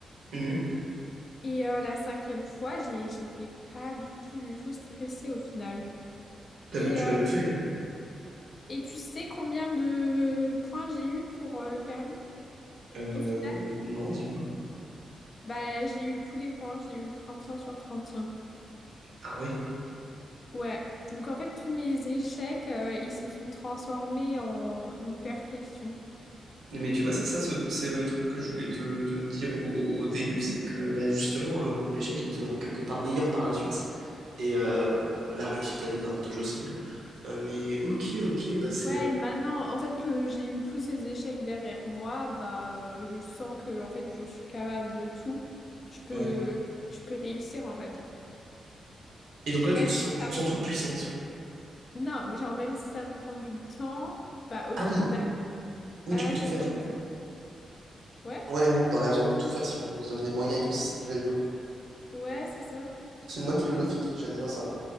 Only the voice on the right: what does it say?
Mhm.
Tellement
tu
l'avais fait. hein.
Euh,
non, dis-moi.
Ah ouais?
Mais tu vois, c'est ça, ce- c'est le truc que je voulais te, te dire au, au- au début, c'est que bah, justement, euh, l'échec, il te rend quelque part meilleur par la suite. Et euh, la réussite a des avantages aussi. hein. Euh, mais ok, ok, bah c'est...
euh,
Ouais.
Et donc là,
tu te sens,
tu
te
sens toute puissante.
Ah
oui, oui,
tu peux
tout faire.
Ouais, ouais. Dans la vie, on peut tout faire si on se donne des moyens et tout, c'est ça que tu veux dire.
C'est une bonne philosophie de vie, j'aime bien ça.